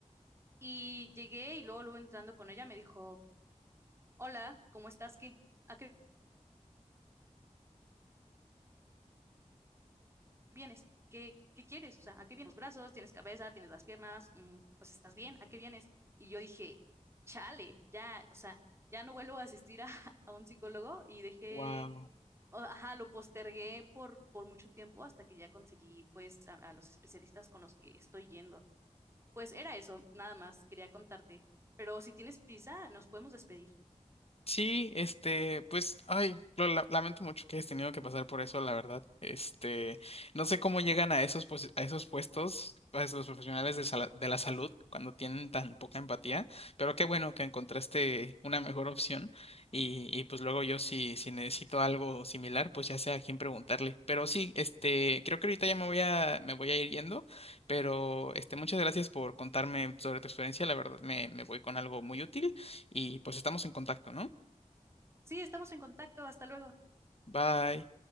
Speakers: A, on the right; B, on the left.
A: y llegué y luego, luego entrando con ella me dijo, hola, ¿cómo estás? ¿Qué? ¿A qué vienes? ¿Qué, qué quieres? O sea, ¿a qué vienes? Los brazos, tienes cabeza, tienes las piernas, mm, pues estás bien, ¿a qué vienes? Y yo dije, chale, ya, o sea, ya no vuelvo a asistir a, <laughs> a un psicólogo y dejé,
B: Wow.
A: o- ajá, lo postergué por, por mucho tiempo hasta que ya conseguí, pues, a, a los especialistas con los que estoy yendo. Pues era eso, nada más, quería contarte. Pero si tienes prisa, nos podemos despedir.
B: Sí, este, pues, ay, lo la- lamento mucho que hayas tenido que pasar por eso, la verdad. Este, no sé cómo llegan a esos, pues- a esos puestos, pues, los profesionales de, sala- de la salud cuando tienen tan poca empatía, pero qué bueno que encontraste una mejor opción y, y pues luego yo si, si necesito algo similar, pues ya sé a quién preguntarle. Pero sí, este, creo que ahorita ya me voy a, me voy a ir yendo, pero este, muchas gracias por contarme sobre tu experiencia, la verdad me, me voy con algo muy útil y pues estamos en contacto, ¿no?
A: Sí, estamos en contacto, hasta luego.
B: Bye.